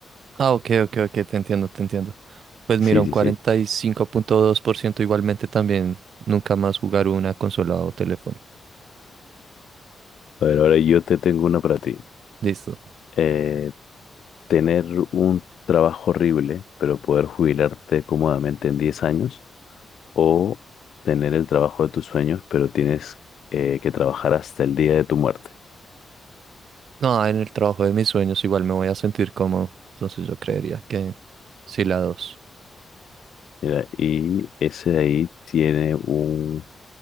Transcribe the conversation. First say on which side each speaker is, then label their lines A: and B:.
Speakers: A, on the right; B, on the left.
A: Ah, ok, ok, ok, te entiendo, te entiendo. Pues mira,
B: Sí,
A: un
B: sí,
A: cuarenta
B: sí.
A: y cinco punto dos por ciento igualmente también nunca más jugar una consola o teléfono.
B: A ver, ahora yo te tengo una para ti.
A: Listo.
B: eh, tener un trabajo horrible, pero poder jubilarte cómodamente en 10 años, o tener el trabajo de tus sueños, pero tienes eh, que trabajar hasta el día de tu muerte.
A: No, en el trabajo de mis sueños igual me voy a sentir cómodo. Entonces yo creería que sí la dos.
B: Mira, y ese de ahí tiene un